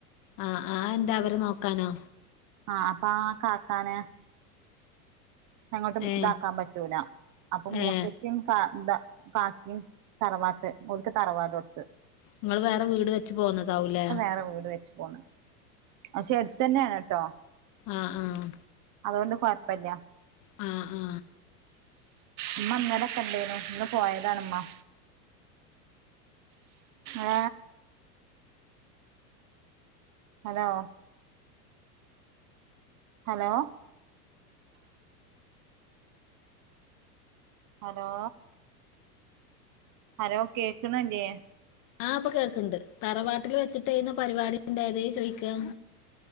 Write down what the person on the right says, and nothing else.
ആഹ് അപ്പ ആ കാക്കാനെ അങ്ങോട്ടും
ഇതാക്കാൻ പറ്റൂല അപ്പൊ മൂത്തച്ചിയും
<unintelligible> കാക്കിയും തറവാട്ട് ഒർക്ക് തറവാട് കൊടുത്ത്
വെറെ വീട് വെച്ച് പോന്ന് പക്ഷെ എടുത്തന്നെയാണ് ട്ടോ
അതുകൊണ്ട് കൊഴപ്പില്ല
അമ്മ ഇന്നേട കണ്ടേനു ഇന്ന് പോയതാണമ്മ ഏ ഹലോ ഹലോ ഹലോ ഹലോ കേൾക്കണില്ലേ